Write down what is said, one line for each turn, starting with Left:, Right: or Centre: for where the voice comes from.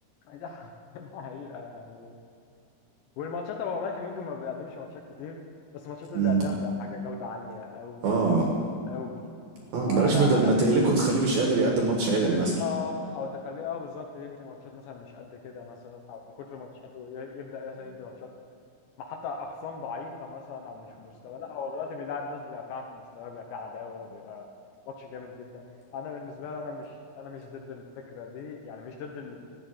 Left: ده <laughs> ده حقيقه يعني والماتشات هو ماشي ممكن ما بيقدمش ماتشات كتير بس الماتشات اللي
Right: مم.
Left: بيقدمها بتبقى حاجه جوده عاليه قوي
Right: اه
Left: قوي قوي
Right: اه بلاش
Left: فانا
Right: بدل
Left: انا
Right: ما تهلكه تخليه مش قادر يقدم ماتش عدل
Left: بالظبط
Right: مثلا
Left: او تخليه اه بالظبط يدي ماتشات مثلا مش قد كده مثلا او من كتر ماتشاته ي- يبدا مثلا يدي ماتشات ما حتى اخصام ضعيفه مثلا او مش في مستوى لا هو دلوقتي بيلاعب ناس بيبقى فعلا في مستوى بيبقى فيه عداوه بيبقى ماتش جامد جدا انا بالنسبه لي انا مش <laughs> انا مش ضد الفكره دي يعني مش ضد ال-